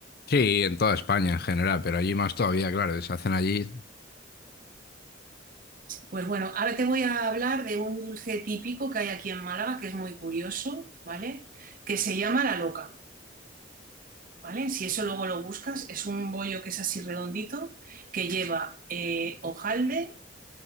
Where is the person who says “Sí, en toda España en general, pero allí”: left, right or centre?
Left